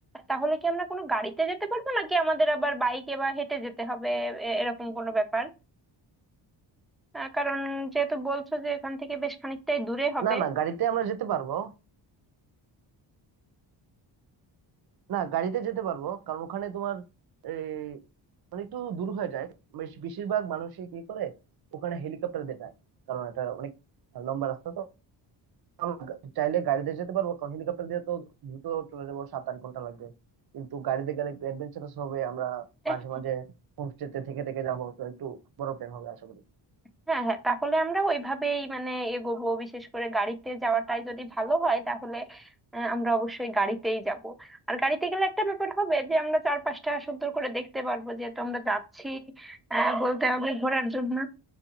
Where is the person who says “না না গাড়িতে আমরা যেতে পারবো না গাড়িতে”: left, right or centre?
Right